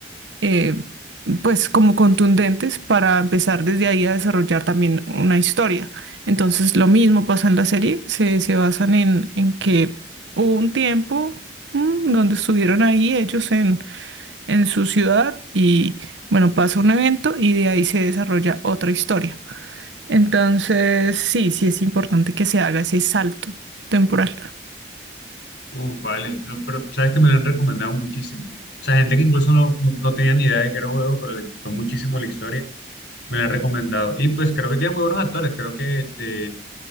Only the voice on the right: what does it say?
eh, pues como contundentes para empezar desde ahí a desarrollar también una historia. Entonces lo mismo pasa en la serie, se, se basan en, en que hubo un tiempo mm, donde estuvieron ahí ellos en su ciudad y bueno, pasa un evento y de ahí se desarrolla otra historia. Entonces, sí, sí es importante que se haga ese salto temporal.